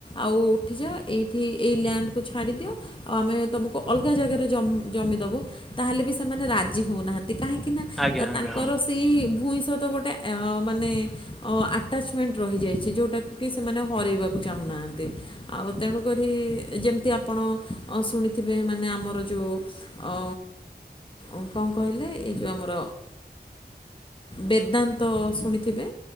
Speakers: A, on the left (about 30°); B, in the centre.
A: ଆଉ ଉଠିଯାଅ ଏଇଠି ଏଇ ଲ୍ୟାଣ୍ଡକୁ ଛାଡ଼ିଦିଅ ଆଉ ଆମେ ତମକୁ ଅଲଗା ଜାଗାରେ ଜମି ଜମି ଦବୁ ତାହେଲେ ବି ସେମାନେ ରାଜି ହଉନାହାନ୍ତି କାହିଁକି ନା
B: ଆଜ୍ଞା ଆଜ୍ଞା
A: ତାଙ୍କର
B: ହଁ
A: ସେଇ ଭୁଇଁ ସହିତ ଗୋଟେ ଅ ମାନେ ଅ ଆଟାଚମେଣ୍ଟ ରହିଯାଇଛି ଯୋଉଟାକୁ କି ସେମାନେ ହରେଇବାକୁ ଚାହୁଁନାହାଁନ୍ତି। ଆଉ ତେଣୁକରି ଯେମିତି ଆପଣ ଅ ଶୁଣିଥିବେ ମାନେ ଆମର ଯୋଉ ଅ ଉଁ କଣ କହିଲେ ଏଇ ଯୋଉ ଆମର ବେଦାନ୍ତ ଶୁଣିଥିବେ?